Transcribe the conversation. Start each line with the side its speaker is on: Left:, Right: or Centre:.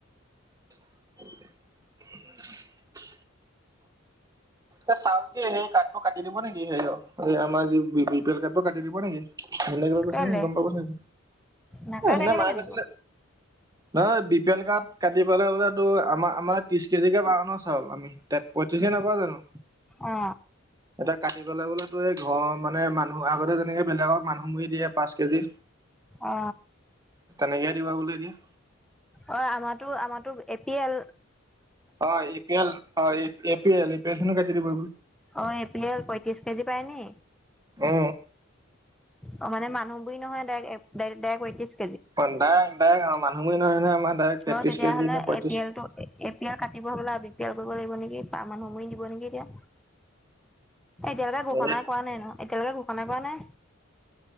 Right: <unintelligible> এ চাও দে সেই কাৰ্ডটো কাটি দিব নেকি সেই আমাৰি বি পি এল কাৰটো কাটি দিব নেকি বেলেগ কিবা কৈছে
Centre: কেলে
Right: ন গম পাবৈছে ন এ
Centre: নাকাটে
Right: সেইদিনা
Centre: কেলে
Right: মায়ে
Centre: কাটিব
Right: কৈছিলে নহয় বি পি এল কাৰ্ড কাটি পেলাই বোলে। টো আমাৰ আমাৰ ত্ৰিশ কেজি কে বাগানৰ চাওল আমি তাত পইতেকে নাপাও জানো
Centre: অ
Right: এয়া কাটিবলে বোলেতো এই ঘৰ মানে মানুহ আগতে যেনেকে বেলেগক মানুহ মুৰি দিয়ে পাঁচ কেজি
Centre: অ
Right: তেনেকে দিব বোলে এতিয়া
Centre: অ আমাটো আমাটো এপি এল
Right: অ এ পি এল অ A P L A P L খনো কাতি দিব
Centre: অ এ পি এল পয়ত্ৰিশ কেজি পায় নি
Right: অ
Centre: অ মানে মানুহবোৰি নহয় ডাৰেক ডৰেক্ট
Right: অ দাইক দাইক মানুহবোই নহয় নহয় আমাৰ ডাইৰেক্ট তেত্ৰিশ
Centre: অ তেতিয়াহ'লে
Right: কেজি নে পঁয়ত্ৰিশ
Centre: এ পি এল টো এ পি এল কাটিব হবলা খিয়াল কৰিব লাগিব নেকি মানুহ ময় দিব নেকি এতিয়া এতিয়ালৈকে ঘোষণা
Right: এনে
Centre: কৰা নাই ন এতিয়ালৈকে ঘোষণা কৰা নাই